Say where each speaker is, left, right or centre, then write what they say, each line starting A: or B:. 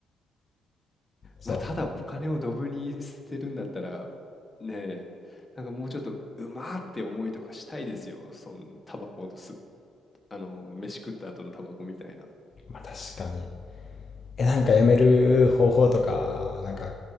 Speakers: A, on the left; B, on the left.
A: そ
B: まあ、ただお金をドブに捨てるんだったら、ねえ、なんかもうちょっとうまーって思いとかしたいですよ。そのタバコと吸っあの、飯食った後のタバコみたいな。
A: う。まあ確かに。え、なんかやめる方法とか、なんか